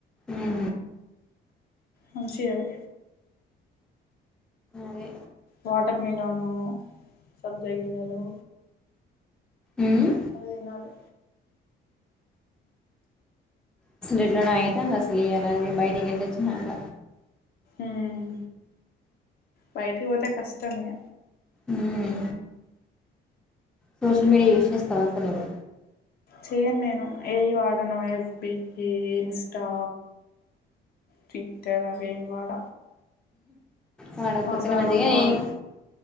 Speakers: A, in the centre; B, on the left.
A: ఊహు
B: మంచి అది
A: అదే
B: వాటర్ మిలోను సబ్జగింజలు
A: ఉమ్
B: అవి దినాలి
A: అసలు ఎట్లనో అయితాంది అసలు ఇయాలా బయటికి ఎళ్ళిచ్చినాక
B: ఊమ్ బయటికి ఒతే కష్టమిగ
A: ఉమ్ సోషల్ మీడియా యూజ్ చేస్తావక్క నువు
B: చేయను నేను ఏయి వాడను ఎఫ్‌బి ఇ ఇన్స్టా ట్విట్టర్ అవేమ్ వాడ
A: వాడకపోతేనే
B: మా సార్
A: మంచిగా
B: ఊకోడు
A: ఏంగ్